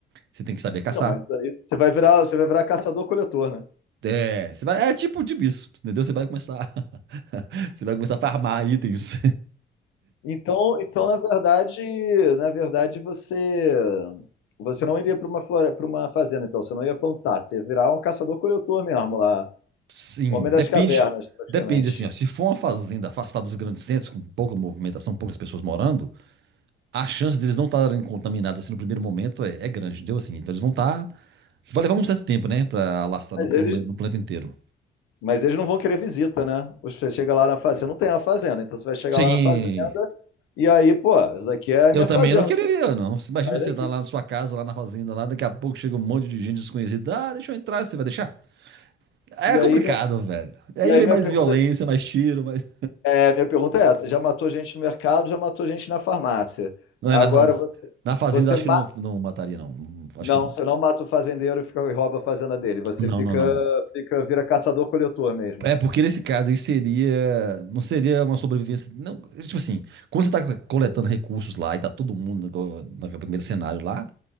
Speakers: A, on the right (about 65°); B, on the left (about 85°).
A: Você tem que saber caçar.
B: Não, mas aí você vai virar, você vai virar caçador-coletor, né?
A: É, você vai, é tipo de bicho, entendeu? Você vai começar. <laughs> Você vai começar a farmar itens.
B: Então, então na verdade, na verdade você você não iria para uma flore, para uma fazenda, então você não ia plantar, você ia virar um caçador-coletor mesmo lá,
A: <laughs> Sim,
B: homem
A: depende.
B: das cavernas, praticamente.
A: Depende, assim, ó. Se for uma fazenda afastada dos grandes centros, com pouca movimentação, poucas pessoas morando, a chance deles não estarem contaminados assim no primeiro momento é, é grande, entendeu? Assim, então eles vão estar. Vai levar um certo tempo, né? Pra alastrar
B: Mas
A: no planeta,
B: eles,
A: no planeta inteiro.
B: mas eles não vão querer visita, né? Você chega lá na fazenda, não tem uma fazenda, então você vai chegar
A: Sim.
B: lá na fazenda e aí, pô, essa daqui é
A: Eu
B: a minha
A: também
B: fazenda,
A: não quereria, não. Você Imagina
B: sai
A: você
B: daqui.
A: tá lá na sua casa, lá na fazenda, lá, daqui a pouco chega um monte de gente desconhecida. Ah, deixa eu entrar, você vai deixar? É
B: E aí
A: complicado,
B: minha,
A: velho. E aí
B: e aí
A: vem
B: minha
A: mais
B: pergunta
A: violência,
B: é assim,
A: mais tiro, mais.
B: É, minha pergunta é essa: já matou gente no mercado, já matou gente na farmácia.
A: Não
B: Agora
A: é na fazenda.
B: você,
A: Na fazenda
B: você
A: acho
B: ma-
A: que não, não mataria, não. Hum, Acho
B: não,
A: que não.
B: você não mata o fazendeiro e fica e rouba a fazenda dele. Você
A: Não,
B: fica,
A: não, não.
B: fica, vira caçador-coletor mesmo.
A: É porque nesse caso aí seria. Não seria uma sobrevivência. Não, tipo assim, quando você tá coletando recursos lá e tá todo mundo no, no primeiro cenário lá,